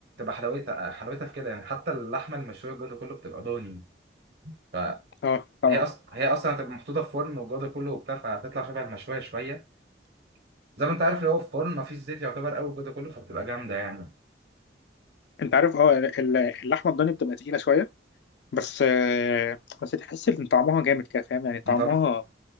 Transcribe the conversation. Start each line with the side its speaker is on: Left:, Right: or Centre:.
Right: حلاوتها حلاوتها في كده يعني حتى اللحمه المشويه والجو ده كله بتبقى ضاني فهي
Left: أه طبعا
Right: اصلا هي اصلا هتبقى محطوطه في فرن والجو ده كله وبتاع فهتطلع شبه المشويه شويه زي ما انت عارف اللي هو في فرن مفيش زيت يعتبر قوي والجو ده كله فبتبقى جامده يعني
Left: أنت عارف أه ال- اللحمة الضاني بتبقى تقيلة شوية بس بس تحس إن طعمها جامد كده فاهم يعني طعمها
Right: انت